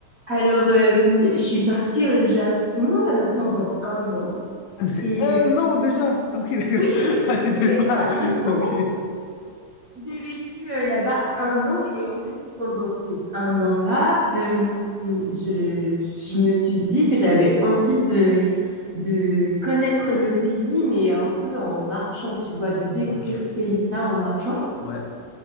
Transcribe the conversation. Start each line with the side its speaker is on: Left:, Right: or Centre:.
Right: Alors, euh, je suis partie au Japon euh, pendant un an.
Left: Ah, mais c'est
Right: Et
Left: un
Right: euh,
Left: an déjà! Ah, ok, d'accord.
Right: oui,
Left: <laughs>
Right: <laughs> c'est
Left: Ah, c'était
Right: c'est
Left: pas.
Right: un
Left: <laughs>
Right: an.
Left: Ok.
Right: J'ai vécu euh, là-bas un an. Et en fait, pendant ces un an-là, euh, je, je me suis dit que j'avais envie de, de connaître le pays, mais un peu en marchant, tu vois, de découvrir
Left: Ok.
Right: ce pays-là en marchant.
Left: Ouais.